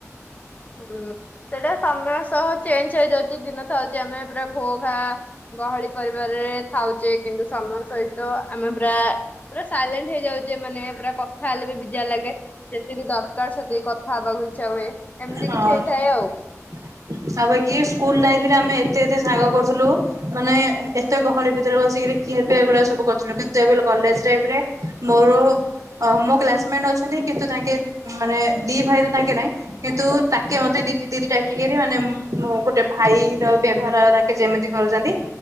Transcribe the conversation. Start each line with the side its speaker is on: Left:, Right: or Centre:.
Left: ହୁଁ ସେଇଟା ସମୟ ସହ ଚେଞ୍ଜ ହେଇଯାଉଛି ଦିନ ଥାଉଛି ଆମେ ପୁରା ଘୋ ଘା ଗହଳି ପରିବାରରେ ଥାଉଚେ କିନ୍ତୁ ସମୟ ସହିତ ଆମେ ପୁରା ପୁରା ସାଇଲେଣ୍ଟ ହେଇଯାଉଚେ ମାନେ ପୁରା କଥା ହେଲେ ବି ବିଜାର ଲାଗେ ଯେତିକି ଦରକାର ସେତିକି କଥା ହବାକୁ ଇଚ୍ଛା ହୁଏ। ଏମିତି
Right: ହଁ।
Left: କିଛି
Right: ଆଉ
Left: ହେଇଥାଏ
Right: ବାକି ସ୍କୁଲ ଲାଇଫ୍ ରେ ଆମେ ଏତେ ଏତେ ସାଙ୍ଗ କରୁଥିଲୁ ମାନେ ଏତେ ଗହଳି ଭିତରେ ବସିକିରି କିଏ ଏଭଳିଆ ସବୁ କରୁଥିଲୁ କିନ୍ତୁ ଏବେ ଲୋ କଲେଜ ଲାଇଫ୍ ରେ ମୋର ଅ ମୋ କ୍ଲାସମେଣ୍ଟ ଅଛନ୍ତି କିନ୍ତୁ ତାଙ୍କେ ମାନେ ଦି ଭାଇ ରେ ତାଙ୍କେ ନାହିଁ। କିନ୍ତୁ ତାଙ୍କେ ମତେ ଦିଦି ଦିଦି ଡାକିକିରି ମାନେ ମ୍ ମ ଗୋଟେ ଭାଇ ର ବ୍ୟବହାର କେ ଯେମିତି କରୁଚନ୍ତି